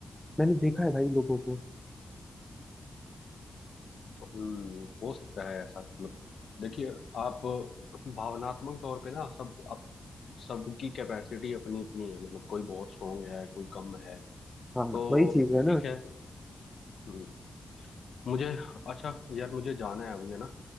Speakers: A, in the centre; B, on the left.
A: मैंने देखा है भाई लोगों को
B: हम्म हो सकता है ऐसा मतलब देखिए आप भावनात्मक तौर पे ना सब आप सबकी कैपेसिटी अपनी अपनी है मतलब कोई बहुत स्ट्रोंग है कोई कम है तो
A: हाँ वही चीज है ना
B: ठीक है हम्म, मुझे अच्छा यार मुझे जाना है अभी है ना